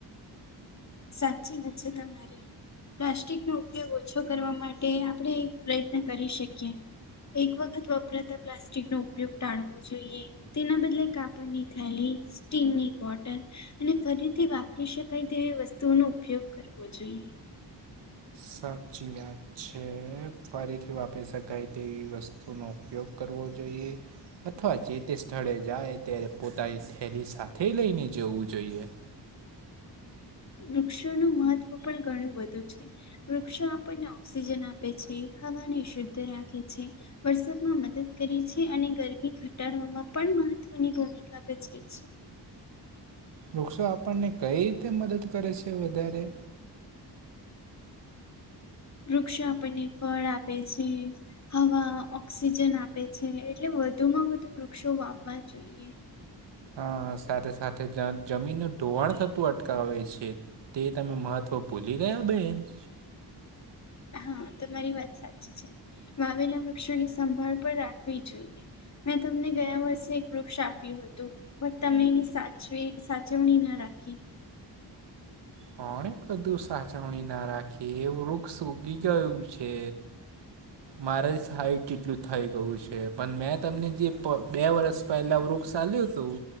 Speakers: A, on the left; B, on the right.
A: સાચી વાત છે તમારી પ્લાસ્ટિકનો ઉપયોગ ઓછો કરવા માટે આપણે પ્રયત્ન કરી શકીએ. એક વખત વપરાતા પ્લાસ્ટિક નો ઉપયોગ ટાળવો જોઈએ. તેના બદલે કાપડની થાલી સ્ટીમની વોટર અને ફરીથી વાપરી શકે કઈ તેવી વસ્તુઓનો ઉપયોગ કરવો જોઈએ.
B: સાચી વાત છે. ફરીથી વાપરી શકાય તેવી વસ્તુનો ઉપયોગ કરવો જોઈએ. અથવા જે તે સ્થળે જાય ત્યારે પોતાની થેલી સાથે લઈને જવું જોઈએ.
A: વૃક્ષોનું મહત્વ પણ ઘણું બધું છે. વૃક્ષો આપણને ઓક્સિજન આપે છે હવાને શુદ્ધ રાખે છે. વરસાદમાં મદદ કરી છે અને ગરમી ઘટાડવામાં પણ મહત્વની ભૂમિકા ભજવે છે.
B: વૃક્ષો આપણને કઈ રીતે મદદ કરે છે વધારે
A: વૃક્ષો આપણને ફળ આપે છે, હવા, ઓક્સિજન આપે આપે છે એટલે વધુ માં વધુ વૃક્ષો વાવવા જોઈએ.
B: હા સાથે સાથે જમીનનું ધોવાણ થતું અટકાવે છે. તે તમે મહત્ત્વ ભૂલી ગયા બેન
A: હા તમા મારી વાત સાચી છે વાવેલા વૃક્ષોની સંભાળ પણ રાખવી જોઈએ મેં તમને ગયા વર્ષે એક વૃક્ષ આપ્યું હતું. બ તમે એની સાચવી સાચવણી ના રાખી
B: કોણે કધું સાચવણી ના રાખી એ વૃક્ષ ઉકી ગયું છે.
A: <unintelligible>
B: મારે જ હાઈટ જેટલું થઈ ગયું છે પણ મેં તમને જે પ બે વર્ષ પહેલા વૃક્ષ આલ્યું હતું